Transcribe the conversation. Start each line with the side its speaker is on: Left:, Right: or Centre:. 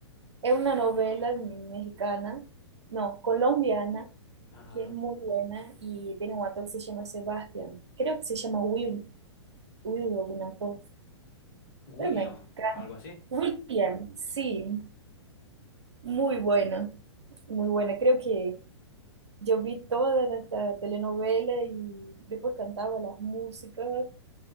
Right: Es una novela mexicana, no, colombiana,
Left: Ajá.
Right: que es muy buena y tiene un actor que se llama Sebastián. Creo que se llama Will, Will alguna cosa.
Left: William,
Right: Pero me encanta.
Left: algo así.
Right: William, sí. Muy buena, muy buena. Creo que yo vi toda la, esta telenovela y después cantaba las músicas.